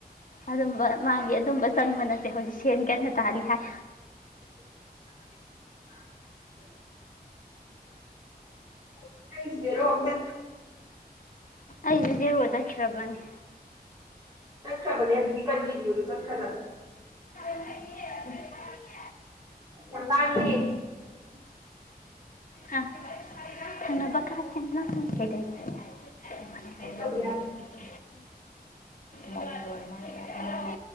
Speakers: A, on the left; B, on the right.
A: ꯑꯗꯨꯝꯕ ꯃꯥꯒꯤ ꯑꯗꯨꯝꯕ ꯆꯪꯕ ꯅꯠꯇꯦ ꯍꯧꯖꯤꯛ ꯁꯦꯟ ꯀꯟꯅ ꯇꯥꯜꯂꯤ ꯍꯥꯏ
B: <unintelligible> ꯊ
A: ꯑꯩꯁꯨ ꯖꯦꯔꯣꯏ ꯆꯠꯈ꯭ꯔꯕꯅꯤ
B: ꯆꯠ ꯈꯥꯕꯅꯤ ꯍꯦꯜ ꯀꯟꯇꯨ ꯆꯠ ꯈꯕ
A: ꯎꯝ
B: ꯌꯥꯝ ꯂꯥꯡ ꯉꯦꯍꯦ
A: ꯍꯥ ꯊꯪꯅꯕ ꯀꯥ ꯍꯦꯠꯅ ꯍꯥꯏ ꯀꯩꯀꯩ ꯃꯅꯤꯡꯗꯩ
B: ꯀꯩ ꯇꯧꯕ
A: ꯂꯧꯔꯨꯕ
B: ꯌꯥꯗ꯭ꯔꯦ
A: ꯑꯗꯨ ꯗꯨ ꯒꯤ ꯃꯕꯨꯣꯏ ꯍꯥ